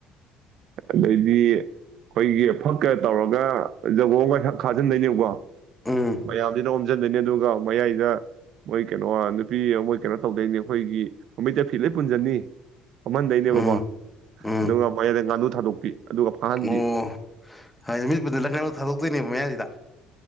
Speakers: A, on the right; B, in the centre.
A: ꯑꯗꯩꯗꯤ ꯑꯩꯈꯣꯏꯒꯤ ꯐꯛꯀ ꯇꯧꯔꯒ ꯖꯒꯣꯒꯈ ꯈꯥꯖꯤꯟꯗꯣꯏꯅꯦꯕꯀꯣ
B: ꯎꯝ
A: ꯃꯌꯥꯝꯁꯤꯅ ꯑꯣꯝꯁꯤꯟꯗꯣꯏꯅꯦ ꯑꯗꯨꯒ ꯃꯌꯥꯏꯗ ꯃꯣꯏ ꯀꯩꯅꯣ ꯅꯨꯄꯤ ꯃꯣꯏ ꯀꯩꯅꯣ ꯇꯧꯗꯣꯏꯅꯦ ꯑꯩꯈꯣꯏꯒꯤ ꯃꯃꯤꯠꯇ ꯐꯤ ꯂꯣꯏ ꯄꯨꯟꯁꯤꯟꯅꯤ ꯑꯣꯝꯍꯟꯗꯣꯏꯅꯦꯕꯀꯣ
B: ꯎꯝ ꯎꯝ
A: ꯑꯗꯨꯒ ꯃꯣꯏꯗ ꯉꯥꯅꯨ ꯊꯥꯗꯣꯛꯄꯤ ꯐꯥꯍꯟꯕꯤ
B: ꯑꯣ ꯍꯥꯏ ꯃꯤꯠꯄꯨꯗꯨ ꯂꯪꯉ ꯊꯥꯗꯣꯛꯇꯣꯏꯅꯦꯕ ꯃꯌꯥꯁꯤꯗ